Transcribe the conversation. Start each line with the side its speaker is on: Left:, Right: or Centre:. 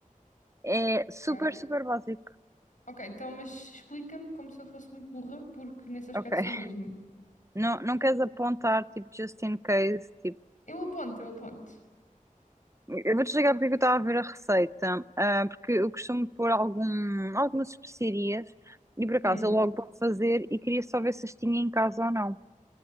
Right: É
Left: ok.
Right: super, super básico.
Left: Ok, então, mas explica-me como se eu fosse muito burra, porque nesse aspecto
Right: Ok. <laughs>
Left: sou mesmo.
Right: Não, não queres apontar, tipo, just in case, tipo.
Left: Eu aponto, eu aponto.
Right: Eu vou-te explicar porque é que eu estava a ver a receita. Ah, porque eu costumo pôr algum, algumas especiarias e por acaso
Left: Hum,
Right: eu logo vou fazer e queria só ver se as tinha em casa ou não.